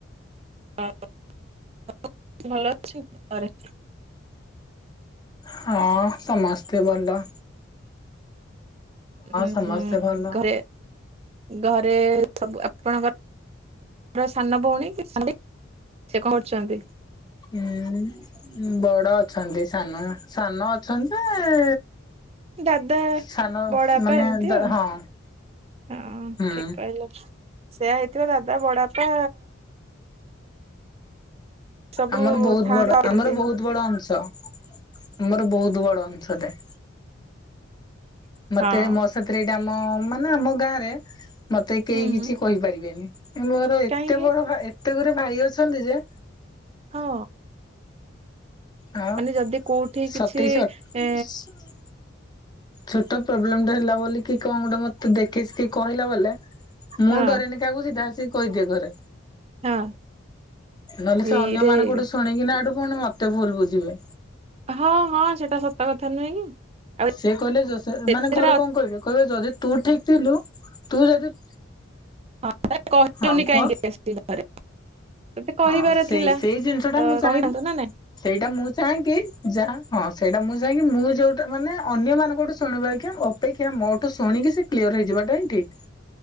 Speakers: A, on the right; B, on the left.
A: <unintelligible> ଭଲ ଅଛି ଘରେ।
B: ହଁ, ସମସ୍ତେ ଭଲ।
A: ହଁ,
B: ସମସ୍ତେ ଭଲ।
A: ଘରେ ଘରେ ରେ, ସବୁ ଆପଣଙ୍କର ସାନ ଭଉଣୀ, କି ସେ କଣ କରୁଛନ୍ତି?
B: ହଁ, ବଡ ଅଛନ୍ତି, ସାନ ସାନ ଅଛନ୍ତି ଯେ
A: ଦାଦା,
B: ସାନ
A: ବଡବାପା,
B: ମାନେ
A: ଏମିତି ଆଉ
B: ହଁ
A: ହଁ
B: ହୁଁ
A: ଠିକ କହିଲ। ସେୟା ହେଇଥିବ, ଦାଦା, ବଡବାପା ସବୁ
B: ଆମର ବହୁତ
A: ଥାଆନ୍ତି
B: ବଡ, ଆମର ବହୁତ ବଡ ଅଂଶ। ତ, ଆମର ବହୁତ ବଡ ଅଂଶଟେ। ମତେ
A: ହଁ।
B: ମୋସାଥିରେ ଏଇଟା ଆମ, ମାନେ ଆମ ଗାଁରେ ମତେ କେହି
A: ହୁଁ
B: କିଛି କହିପାରିବେନି। ମୋର ଏତେ
A: କାହିଁକି
B: ବଡ ଭା ଏ ମତେ ଗୋଟେ ଭାଇ ଅଛନ୍ତି ଯେ
A: ହଁ।
B: ଆଉ
A: ମାନେ ଯଦି କୋଉଠି
B: ସତେଇଶ।
A: କିଛି
B: <unintelligible>
A: ଏ
B: ଛୋଟ ପ୍ରୋବ୍ଲେମଟା ହେଲା ବୋଲି କି କଣ ଗୋଟେ ମତେ ଦେଖେଇିକି କହିଲା ବାଲା ମୁଁ
A: ହଁ
B: ଡରେନିକାକୁ ସିଧା ସ କହିଦିଏ ଘରେ।
A: ହଁ।
B: ନହେଲେ ସେ
A: ଏଇରେ
B: ଅନ୍ୟ ମାନଙ୍କୁଠୁ
A: ଏଇରେ
B: ଶୁଣିକି ଏଠୁ ଫୁଣି ମତେ ଭୁଲ ବୁଝିବେ।
A: ହଁ ହଁ ସେଟା ସତ କଥା ନୁହେଁ କି। ଆଉ
B: ସେ କହିଲେ ଯ ସେ
A: ଏତେଥର
B: ମାନେ ଘରେ କଣ କହିବେ କହିଲେ ଯଦି ତୁ ଠିକ ଥିଲୁ ତୁ ଯଦି
A: <unintelligible> କାଇଁ
B: ହଁ କୁହ
A: ଘରେ। ତତେ କହିବାର
B: ହଁ ସେଇ
A: ଥିଲା
B: ସେଇ ଜିନିଷ ଟା
A: ତ
B: ମୁଁ ଚାହେଁନି
A: କହିଥାନ୍ତୁ ନା ନାଇଁ।
B: ସେଇଟା ମୁଁ ଚାହେଁ କି ଯା ହଁ ସେଇଟା ମୁଁ ଯାଇଁକି ମୁଁ ଯୋଉଟ ମାନେ ଅନ୍ୟମାନାନଙ୍କଠୁ ଶୁଣିବାେକ୍ଷା ଅପେକ୍ଷା ମୋଠୁ ଶୁଣିକି ସେ କ୍ଲିୟର ହେଇଯିବାଟା ଠିକ୍।